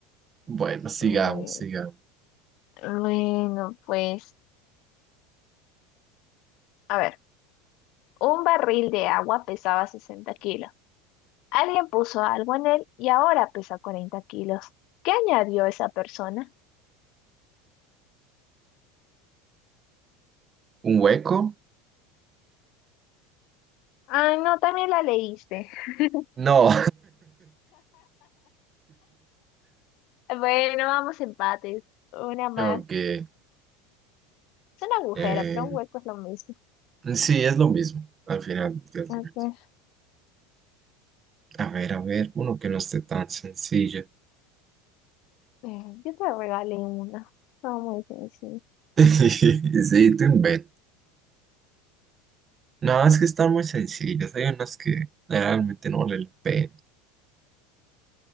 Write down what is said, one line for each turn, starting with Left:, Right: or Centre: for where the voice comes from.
Right: Bueno, sigamos,
Left: Bueno,
Right: sigamos.
Left: bueno, pues, a ver, un barril de agua pesaba 60 kilos. Alguien puso algo en él y ahora pesa 40 kilos. ¿Qué añadió esa persona?
Right: ¿Un hueco?
Left: Ah, no, también la leíste. <laughs>
Right: No.
Left: Bueno, vamos empates. Una más.
Right: <laughs> Aunque,
Left: Es un agujero,
Right: eh,
Left: pero un hueco es lo mismo.
Right: sí, es lo mismo. Al final es
Left: A
Right: lo mismo.
Left: ver,
Right: A ver, a ver, uno que no esté tan sencillo.
Left: eh, yo te regalé una. No, muy sencillo.
Right: <laughs> Sí, te inventas. No, es que están muy sencillas. Hay unas que realmente no valen la pena.